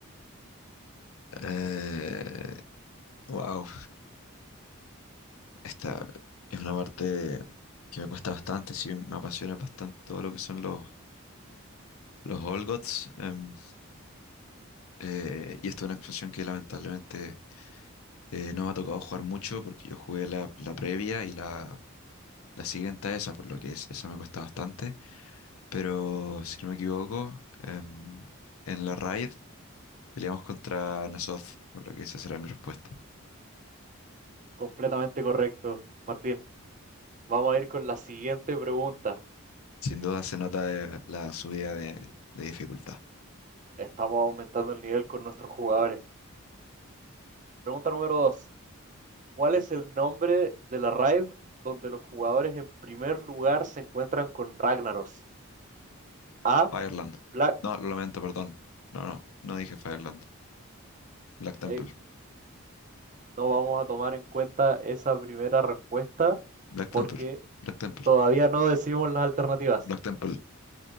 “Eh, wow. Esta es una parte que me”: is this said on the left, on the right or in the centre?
Left